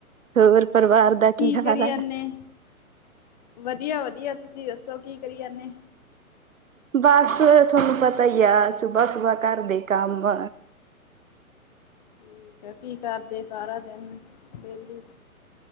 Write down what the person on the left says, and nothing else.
ਕੀ
ਕਰੀ
ਜਾਨੇ, ਵਦੀਆ ਵਦੀਆ, ਤੁਸੀਂ ਦੱਸੋ ਕੀ ਕਰੀ ਜਾਨੇ?
ਠੀਕ ਕੀ ਕਰਦੇ ਸਾਰਾ ਦਿਨ, ਵਿਹਲੀ?